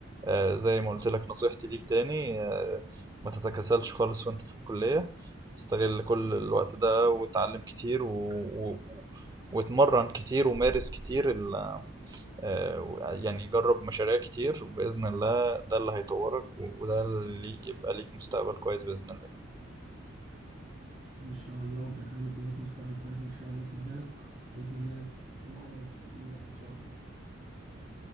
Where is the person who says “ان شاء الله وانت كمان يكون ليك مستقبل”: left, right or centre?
Right